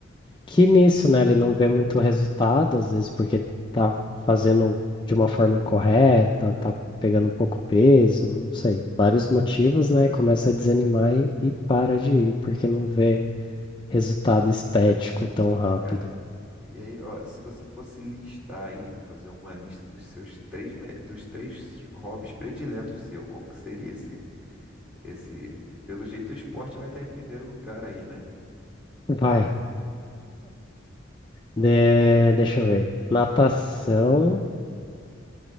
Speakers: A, on the left (about 25°); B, in the centre.
A: que nisso, né? Ele não vê muito resultado, às vezes porque tá fazendo de uma forma incorreta, tá pegando pouco peso, não sei. Vários motivos, né? Começa a desanimar e, e para de ir, porque não vê resultado estético tão rápido.
B: Cara, e aí, ó, se você fosse listar aí, fazer uma lista dos seus três, me- dos três hobbies prediletos seu, como que seria esse, esse... Pelo jeito o esporte vai estar em primeiro lugar aí, né?
A: Vai. De- deixa eu ver. Natação,